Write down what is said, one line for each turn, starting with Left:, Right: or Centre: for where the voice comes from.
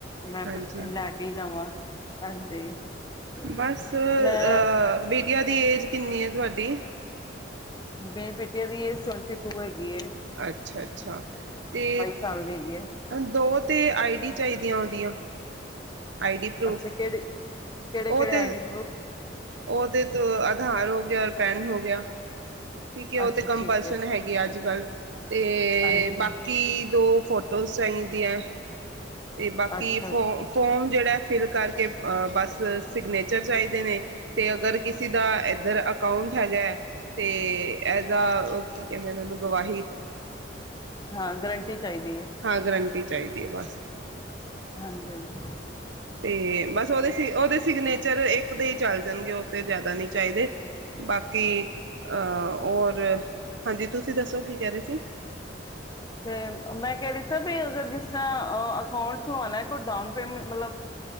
Left: ਮੈਂ
Right: ਹਾਂਜੀ
Left: ਫਿਰ ਲੈ ਕੇ ਹੀ ਜਾਵਾਂ। ਹਾਂਜੀ। ਤੇ
Right: ਬਸ ਇਹ
Left: ਮੈਂ
Right: ਬੀਟੀਆਂ ਦੀ ਏਜ ਕਿੰਨੀ ਹੈ ਤੁਹਾਡੀ? ਦੇਰ
Left: ਮੇ ਬੇਟੇ ਦੀ ਏਜ ਟਵੈਂਟੀ ਟੂ ਹੈਗੀ। ਹੈ
Right: ਅੱਛਾ-ਅੱਛਾ, ਤੇ
Left: ਸਾਲ ਦੀ ਹੈਗੀ ਹੈ
Right: ਦੋ ਤੇ ਆਈ ਡੀ ਚਾਹੀਦੀਆਂ ਉਹਦੀਆਂ ਆਈ ਡੀ ਪ੍ਰੂਫ।
Left: ਅੱਛਾ ਕਿਹੜੇ ਕਿਹੜੇ ਕਿਹੜੇ
Right: ਉਹ ਤੇ
Left: ਆਈਡੀ ਪ੍ਰੂਫ
Right: ਉਹ ਤੇ ਆਧਾਰ ਹੋ ਗਿਆ, ਔਰ ਪੈਨ ਹੋ ਗਿਆ। ਠੀਕ ਹੈ, ਉਹ
Left: ਅੱਛਾ
Right: ਤੇ ਕੰਪਲਸ਼ਨ
Left: ਠੀਕ ਹੈ
Right: ਹੈਗੇਆ ਅੱਜ-ਕੱਲ ਤੇ
Left: ਹਾਂਜੀ
Right: ਬਾਕੀ ਦੋ ਫੋਟੋਜ਼ ਚਾਹੀਦੀਆਂ। ਤੇ ਬਾਕੀ
Left: ਅੱਛਾ
Right: ਫੋ
Left: ਅੱਛਾ
Right: ਫੋਮ ਜਿਹੜਾ ਫਿਲ ਕਰਕੇ ਬਸ ਸਿਗਨੇਚਰ ਚਾਹੀਦੇ ਨੇ। ਤੇ ਅਗਰ ਕਿਸੇ ਦਾ ਇੱਧਰ ਅਕਾਊਂਟ ਹੈਗਾ ਹੈ, ਤੇ ਅ਼ਤੇ ਐਦਾ ਆ ਕੀ ਕਹਿੰਦੇ, ਨੇ ਓਹਨੂੰ ਗਵਾਹੀ।
Left: ਹਾਂ ਗਰੰਟੀ ਚਾਹੀਦੀ ਹੈ।
Right: ਹਾਂ ਗਰੰਟੀ ਚਾਹੀਦੀ ਹੈ ਬਸ।
Left: ਹਾਂਜੀ-ਹਾਂਜੀ।
Right: ਤੇ ਬਸ ਉਹਦੇ-ਉਹਦੇ ਸਿਗਨੇਚਰ ਇੱਕ ਦੇ ਹੀ ਚੱਲ ਜਾਣਗੇ ਉਹ ਤੇ ਜ਼ਿਆਦਾ ਨਹੀਂ ਚਾਹੀਦੇ। ਬਾਕੀ ਹਾਂ ਔਰ ਹਾਂਜੀ, ਤੁਸੀਂ ਦੱਸੋ ਕੀ ਕਹਿ ਰਹੇ ਸੀ?
Left: ਤੇ ਮੈਂ ਕਹਿ ਰਹੀ ਸੀ ਕੇ ਅਗਰ ਜਿਸ ਤਰ੍ਹਾਂ ਅਕਾਂਟ ਖੁਲਵਾਣਾ ਹੈ ਕੋਈ ਡਾਊਨ ਪੇਮੈਂਟ ਮਤਲਬ